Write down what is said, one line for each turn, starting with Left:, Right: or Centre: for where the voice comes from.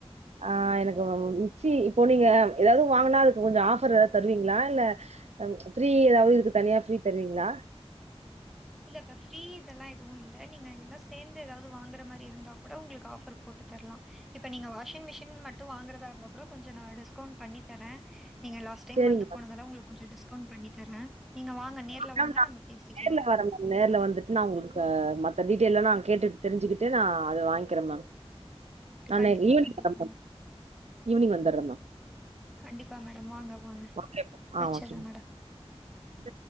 Right: ஆ எனக்கு வந் மிக்ஸி இப்போ நீங்க ஏதாவது வாங்குனா அதுக்கு கொஞ்சோ ஆஃபர் எதாவ்து தருவீங்ளா இல்ல ஃப்ரீ எதாவ்து இதுக்கு தனியா ஃப்ரீ தருவீங்ளா
Centre: இல்லக்கா ஃப்ரீ இதெல்லாம் எதுவும் இல்ல நீங்க எல்லாம் சேந்து எதாவ்து வாங்குற மாரி இருந்தா கூட உங்களுக்கு ஆஃபர் போட்டு தர்லா இப்ப நீங்க வாஷிங் மிஷின் மட்டும் வாங்குறதா இருந்தா கூட கொஞ்ச நா டிஸ்கவுண்ட் பண்ணி தர நீங்க லாஸ்ட் டைம்
Right: சேரிங்க
Centre: வந்து
Right: மேம்
Centre: போனதால உங்ளுக் கொஞ்சோ டிஸ்கவுண்ட் பண்ணி தர நீங்க வாங் க நேர்ல
Right: ஆனா
Centre: வாங்க நம்ம பேசிக்லா
Right: நேர்ல வரேன் நேர்ல வந்துட்டு நா உங்குகிட்ட மத்த டீட்டெயில்லா நா கேட்டு தெரிஞ்சுகிட்டு நா அத வாய்ங்க்கிற மேம்
Centre: <inaudible>
Right: நா <inaudible>
Centre: கண்டிப்பா மேம்
Right: ஈவ்னிங் வந்துர்ற மா
Centre: கண்டிப்பா மேடம் வாங்க வாங்க
Right: ஓகே மேம்
Centre: வச்சட்ற
Right: ஆ ஓகே
Centre: மேடம்
Right: மேம்